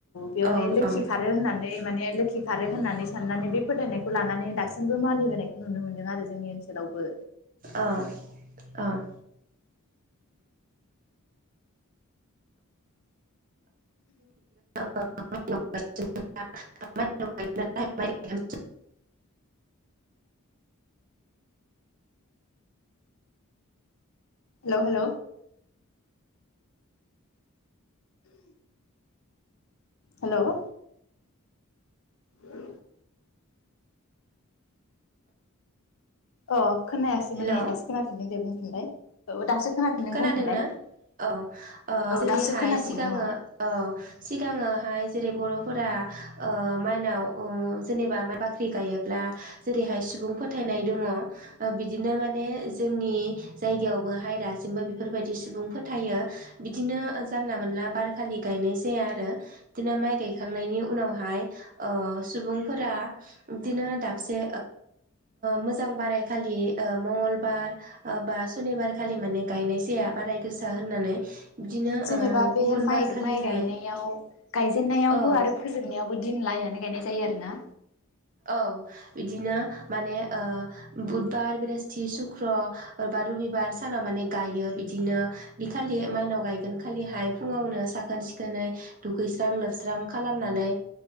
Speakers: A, on the left; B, on the right.
A: बेवहाय
B: औ
A: लोखि
B: औ
A: खारो होननानै माने लोखि खारो होननानै। साननानै बे फोथायनायखौ लानानै दासिमबो मानिबोनायखौ नुनो मोन्दों आरो जोंनि ओनसोलावबो
B: अ औ। <unintelligible>
A: हेल' हेल' हेल' औ। अ खोनायासैमोन
B: हेलौ
A: नै दासो खोनाफिनदों दे बुंफिनलाय औ दासो खोनाफिनदों
B: खोनादोंना
A: बुंफिनलाय
B: औ
A: औ
B: जेरैहाय
A: दासो खोनाफिनदों
B: सिगाङो औ सिगाङोहाय जेरै बर'फोरा ओ‌ माइनाव ओ‌ जेनेबा बाख्रि गायोब्ला जेरैहाय सुबुं फोथायनाय दङ बिदिनो माने जोंनि जायगायावबो हायरा दासिमबो बेफोरबायदि सुबुंफोर थायो बिदिनो जानला मोनला बारखालि गायनाय जाया आरो बिदिनो माइ गायखांनायनि उनावहाय सुबुंफोरा बिदिनो दाबसे मोजां बारायखालि मंगलबार बा सुनिबार खालि माने गायनाय जाया बाराय गोसा होननानै बिदिनो
A: जेनेबा
B: ओ
A: बे
B: गुबुन
A: माइ
B: बार खालिहाय
A: माइ गायनायाव गायजेननायावबो
B: औ
A: आरो फोजोबनायावबो दिन लायनानै गायनाय जायो‌ आरोना
B: औ बिदिनो माने बुधबार ब्रेस्त थि सुक्र' एबा रबिबार सानाव माने गायो बिदिनो बि खालि माइनाव गायगोन खालिहाय फुङावनो साखोन सिखोनै दुगैस्रां लोबस्रां खालामनानै